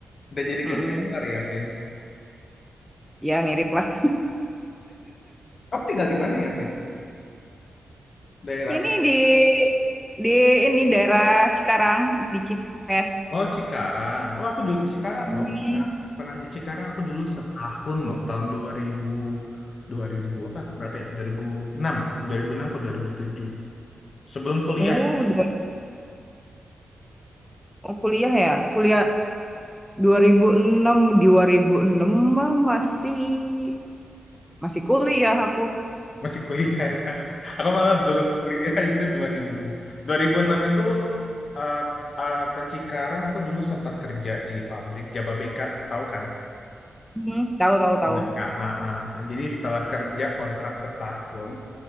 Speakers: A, on the left; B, in the centre.
A: udah jadi
B: Mm-mm.
A: ke shelter ya Vin.
B: Ya mirip lah.
A: Kamu tinggal di mana ya Vin? Daerahnya?
B: Ini di di ini daerah Cikarang di Cives.
A: Oh Cikarang. Oh aku dulu di Cikarang
B: Mm.
A: loh. Pernah pernah di Cikarang aku dulu setahun loh. Tahun dua ribu dua ribu apa berapa ya? dua dua ribu enam, dua ribu enam ke dua ribu tujuh. sebelum kuliah.
B: Oh dua oh kuliah ya? Kuliah 2006, 2006 mah masih masih kuliah aku,
A: Masih kuliah ya. <laughs> Aku malah belum kuliah itu 2000. 2006 itu eh, k- eh, ke Cikarang aku dulu sempat kerja di pabrik Jababeka, tahu kan?
B: mhm, tahu tahu
A: Merdeka.
B: tahu.
A: Ah, ah. Jadi setelah kerja kontrak setahun,